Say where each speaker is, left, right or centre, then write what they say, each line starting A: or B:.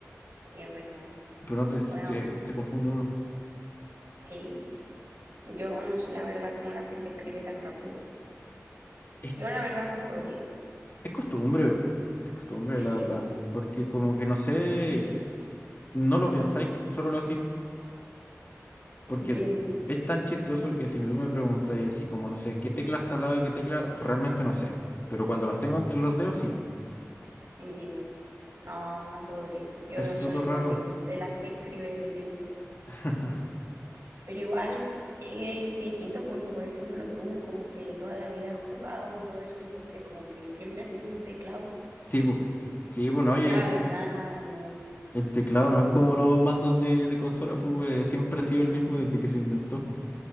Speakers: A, on the right; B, on the left.
A: sí, es verdad.
B: Pero no te- se,
A: Bueno,
B: se- se confunde uno.
A: sí, yo no sé la verdad cómo la gente escribe tan rápido.
B: Es,
A: Yo
B: que-
A: la verdad no podría.
B: es costumbre, es costumbre,
A: Sí,
B: la verdad. Porque como que no sé, no lo pensáis, solo lo hacís. Porque
A: entiendo,
B: es tan chistoso que si tú me preguntas y así como no sé qué tecla está al lado de qué tecla, realmente no sé. Pero cuando las tengo en en los dedos, sí.
A: entiendo. No, no podría. Yo
B: Es súper
A: soy también
B: raro.
A: de las que escribe lento,
B: <laughs>
A: pero igual es distinto porque, por ejemplo, tú como que toda la vida has jugado y todo eso, entonces como que siempre has tenido un teclado.
B: Sí, pues. Sí, pues, no, oye,
A: Yo la
B: el,
A: verdad no,
B: el teclado no es como los mandos de, de consola, pues eh, siempre ha sido el mismo desde que se inventó.